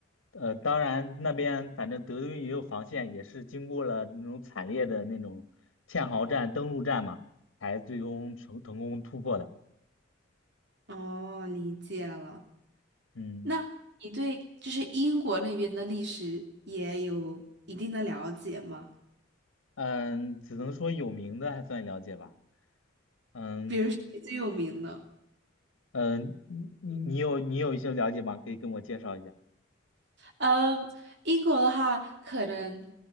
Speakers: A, on the left; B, on the right.
A: 呃，当然那边反正德军也有防线，也是经过了那种惨烈的那种堑壕战、登陆战嘛，才最终成成功突破的。
B: 哦，理解了。
A: 嗯
B: 那你对就是英国那边的历史也有一定的了解吗？
A: 嗯，只能说有名的还算了解吧。嗯
B: 比如谁最有名呢？
A: 嗯，你你你有你有一些了解吗？可以跟我介绍一下。
B: 嗯，英国的话，可能